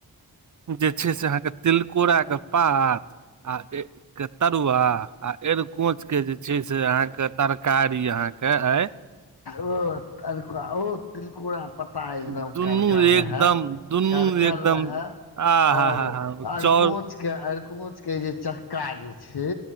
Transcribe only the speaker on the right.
जे छै से अहाँके तिलकोराके पात आ ऐ के तरुआ आ एरकोंच के जे छै से अहाँ के तरकारी अहाँ के आय
दुनू
एकदम दुनू
एकदम
आ
हा हा हा
चाउर